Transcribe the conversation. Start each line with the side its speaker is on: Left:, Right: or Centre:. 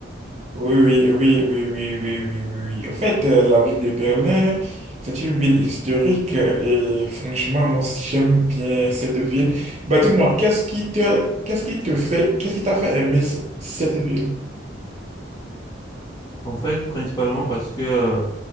Right: Oui, oui, oui, oui, oui, oui, oui, oui. oui. En fait, euh, la ville de Berlin, c'est une ville historique euh, et franchement, moi aussi, j'aime bien cette ville. Bah dis-moi, qu'est-ce qui te, qu'est-ce qui te fait, qu'est-ce qui t'a fait aimer c- cette ville?
Left: En fait, principalement parce que euh,